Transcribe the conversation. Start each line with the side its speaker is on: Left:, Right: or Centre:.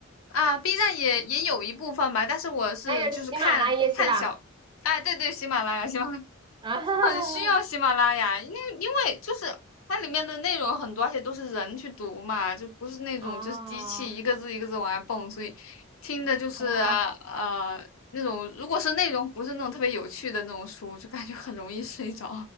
Left: 啊，B 站也也有一部分吧，但是我是就是看看小，
Right: 还有喜马拉雅是吧？
Left: 哎，对对，喜马拉雅，喜马拉雅
Right: 啊，<laughs>
Left: 很需要喜马拉雅，因为因为就是它里面的内容很多，而且都是人去读嘛，就不是那种就是机器一个字一个字往外蹦，
Right: 哦
Left: 所以听的就是啊呃那种如果是内容不是那种特别有趣的那种书，
Right: 哦，
Left: 就感觉很容易睡着。